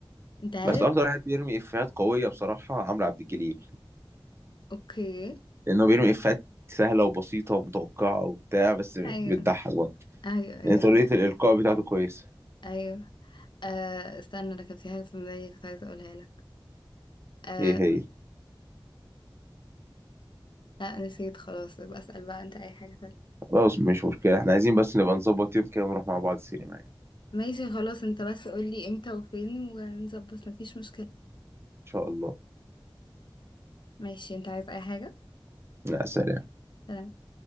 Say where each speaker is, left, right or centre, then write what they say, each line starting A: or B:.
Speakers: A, on the left; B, on the right.
A: انت عارف
B: بس افضل واحد بيرمي افيهات قويه بصراحه عمرو عبد الجليل
A: اوكي
B: لانه بيرمي افيهات سهله وبسيطه ومتوقعه وبتاع بس بتضحك
A: ايوه
B: برضه
A: ايوه ايوه
B: لان طريقه
A: فا-
B: الالقاء بتاعته كويسه
A: ايوه آه استنى انا كان في حاجه في دماغي كنت عايزه اقولها لك آه
B: ايه هي
A: لا نسيت خلاص بسأل بقى انت اي حاجه تانية
B: خلاص مش مشكله احنا عايزين بس نبقى نظبط يوم كده ونروح مع بعض السينما يعني
A: ماشي خلاص انت بس قولي امتى وفين ونظبط مفيش مشكلة
B: ان شاء الله
A: ماشي انت عايز اي حاجة
B: لا سلام
A: سلام